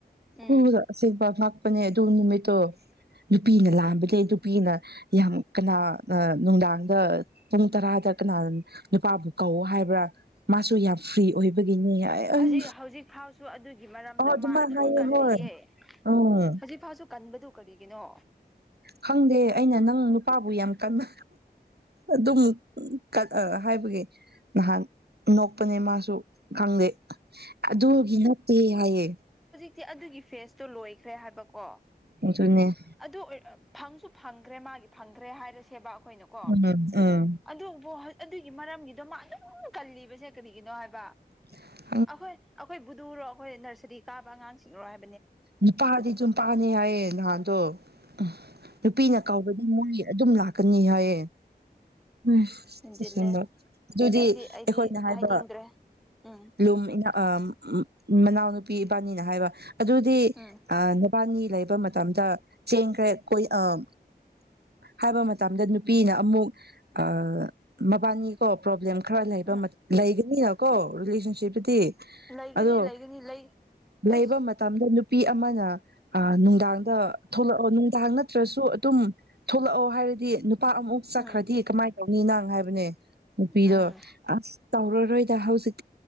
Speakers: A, in the centre; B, on the right.
A: ꯎꯝ
B: ꯈꯨꯗ ꯑꯁꯦꯡꯄ ꯅꯦ ꯑꯗꯨ ꯅꯨꯃꯤꯠꯇꯣ ꯅꯨꯄꯤꯅ ꯂꯥꯟꯕꯅꯦ ꯅꯨꯄꯤꯅ ꯌꯥꯝ ꯀꯅꯥ ꯅꯨꯡꯗꯥꯡꯗ ꯄꯨꯡ ꯇꯔꯥꯗ ꯀꯅꯥ ꯅꯨꯄꯥꯕꯨ ꯀꯧꯋ ꯍꯥꯏꯕ꯭ꯔꯥ ꯃꯥꯁꯨ ꯌꯥꯝ ꯐ꯭ꯔꯤ ꯑꯣꯏꯕꯒꯤꯅꯤ ꯑꯩ ꯑꯩ
A: ꯍꯧꯖꯤꯛ ꯍꯧꯖꯤꯛ ꯐꯥꯎꯁꯨ ꯑꯗꯨꯒꯤ ꯃꯔꯝꯗꯣ
B: ꯑꯣ ꯑꯗꯨꯃꯥꯏꯅ
A: ꯃꯥ ꯑꯗꯨꯝ
B: ꯍꯥꯏꯌꯦ
A: ꯀꯜꯂꯤꯌꯦ
B: ꯍꯣꯏ ꯎꯝ
A: ꯍꯧꯖꯤꯛ ꯐꯥꯎꯁꯨ ꯀꯟꯕꯗꯨ ꯀꯔꯤꯒꯤꯅꯣ
B: ꯈꯪꯗꯦ ꯑꯩꯅ ꯅꯪ ꯅꯨꯄꯥꯕꯨ ꯌꯥꯝ ꯀꯟꯅ ꯑꯗꯨꯝ ꯀ ꯍꯥꯏꯕꯒꯤ ꯅꯍꯥꯟ ꯅꯣꯛꯄꯅꯦ ꯃꯥꯁꯨ ꯈꯪꯗꯦ ꯑꯗꯨꯒꯤ ꯅꯠꯇꯦ ꯍꯥꯏꯌꯦ
A: ꯁꯤ ꯑꯗꯨꯒꯤ ꯐꯦꯁꯇꯣ ꯂꯣꯏꯈ꯭ꯔꯦ ꯍꯥꯏꯕꯀꯣ
B: ꯑꯗꯨꯅꯦ
A: ꯑꯗꯨ ꯐꯪꯁꯨ ꯐꯪꯈ꯭ꯔꯦ ꯃꯥꯒꯤ ꯐꯪꯈ꯭ꯔꯦ ꯍꯥꯏꯔꯦ ꯁꯦꯕꯥ ꯑꯩꯈꯣꯏꯅꯀꯣ
B: ꯎꯝ ꯎꯝ
A: ꯑꯗꯨꯕꯨ ꯑꯗꯨꯒꯤ ꯃꯔꯝꯒꯤꯗꯣ ꯃꯥ ꯑꯗꯨꯝ ꯀꯜꯂꯤꯕꯁꯦ ꯀꯔꯤꯒꯤꯅꯣ ꯍꯥꯏꯕ
B: <inaudible>
A: ꯑꯈꯣꯏ ꯑꯈꯣꯏ ꯕꯨꯗꯨꯔꯣ ꯑꯈꯣꯏ ꯅꯔꯁꯔꯤ ꯀꯥꯕ ꯑꯉꯥꯡꯁꯤꯡꯔꯣ ꯍꯥꯏ
B: ꯅꯨꯄꯥꯗꯤ ꯖꯨꯝ ꯄꯥꯟꯅꯤ ꯍꯥꯏꯌꯦ ꯅꯍꯥꯟꯗꯣ ꯑꯍ ꯅꯨꯄꯤꯅ ꯀꯧꯕꯗꯤ ꯃꯣꯏ ꯑꯗꯨꯝ ꯂꯥꯛ ꯀꯅꯤ ꯍꯥꯏꯌꯦ ꯍꯩꯁ
A: ꯍꯦꯟꯖꯤꯜꯂꯦ
B: ꯑꯁꯦꯡꯕ ꯑꯗꯨꯗꯤ
A: ꯑꯩꯗꯤ ꯑꯩꯗꯤ
B: ꯑꯩꯈꯣꯏꯅ ꯍꯥꯏꯕ
A: ꯍꯥꯏꯅꯤꯡꯗ꯭ꯔꯦ ꯎꯝ
B: ꯂꯨꯝ ꯃꯤꯅ ꯑꯝ ꯃꯅꯥꯎꯅꯨꯄꯤ ꯏꯕꯥꯅꯤꯅ ꯍꯥꯏꯕ ꯑꯗꯨ ꯗꯤ
A: ꯎꯝ
B: ꯑꯥ ꯅꯕꯥꯅꯤ ꯂꯩꯕ ꯃꯇꯝꯗ ꯆꯦꯟꯈ꯭ꯔꯦ ꯀꯣꯢ ꯑ ꯍꯥꯏꯕ ꯃꯇꯝꯗ ꯅꯨꯄꯤꯅ ꯑꯃꯨꯛ ꯑ ꯃꯕꯥꯅꯤꯀꯣ ꯄ꯭ꯔꯣꯕ꯭ꯂꯦꯝ ꯈꯔ ꯂꯩꯕ
A: ꯎꯝ
B: ꯃ ꯂꯩꯒꯅꯤꯅ ꯀꯣ ꯔꯤꯂꯦꯁꯟ ꯁꯤꯄꯗꯤ
A: ꯂꯩꯒꯅꯤ
B: ꯑꯗꯣ
A: ꯂꯩꯒꯅꯤ ꯂꯩ
B: ꯂꯩꯕ
A: ꯑꯁ
B: ꯃꯇꯝꯗ ꯅꯨꯞ ꯅꯨꯄꯤ ꯑꯃꯅ ꯑ ꯅꯨꯡꯗꯥꯡꯗ ꯊꯣꯛꯂꯛꯑꯣ ꯅꯨꯡꯗꯥꯡ ꯅꯠꯇ꯭ꯔꯁꯨ ꯑꯗꯨꯝ ꯊꯣꯛꯂꯛꯑꯣ ꯍꯥꯏꯔꯗꯤ ꯄꯥꯛ ꯑꯃꯨꯛ ꯆꯠꯈ꯭ꯔꯗꯤ
A: ꯎꯝ
B: ꯀꯃꯥꯏ ꯂꯧꯅꯤ ꯅꯥꯥꯡ ꯍꯥꯏꯕꯅꯦ ꯅꯨꯄꯤꯗꯣ
A: ꯎꯝ
B: ꯑꯁ ꯇꯧꯔꯔꯣꯏꯗ ꯍꯧꯖꯤꯛ